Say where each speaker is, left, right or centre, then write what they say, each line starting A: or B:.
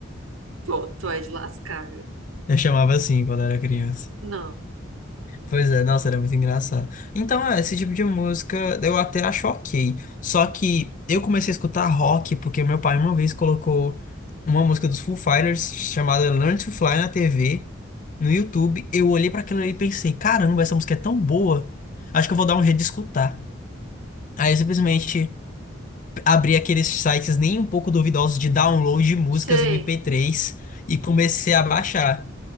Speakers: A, on the right; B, on the left.
A: Pô, tu é de lascar, viu?
B: Eu chamava assim quando era criança.
A: Não.
B: Pois é, nossa, era muito engraçado. Então, é, esse tipo de música eu até acho ok. Só que eu comecei a escutar rock porque meu pai uma vez colocou uma música dos Foo Fighters chamada Learn to Fly na TV, no YouTube. Eu olhei pra aquilo ali e pensei, caramba, essa música é tão boa. Acho que eu vou dar um jeito de escutar. Aí eu simplesmente abri aqueles sites nem um pouco duvidosos de download de músicas
A: Sei.
B: MP3 e comecei a baixar.